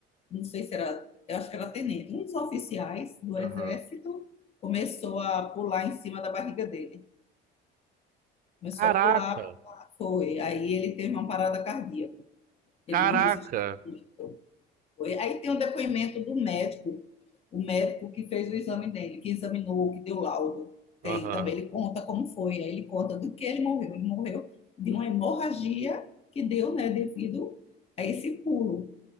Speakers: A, on the left; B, on the right.
A: não sei se era, eu acho que era tenente, um dos oficiais do
B: Aham.
A: exército começou a pular em cima da barriga dele. Começou
B: Caraca,
A: a pular, foi. Aí ele teve uma parada cardíaca. Ele
B: caraca.
A: não resistiu muito. Foi. Aí tem um depoimento do médico, o médico que fez o exame dele, que examinou, que deu laudo. Tem
B: Aham.
A: também, ele conta como foi, aí ele conta do que ele morreu. Ele morreu de uma hemorragia que deu, né, devido a esse pulo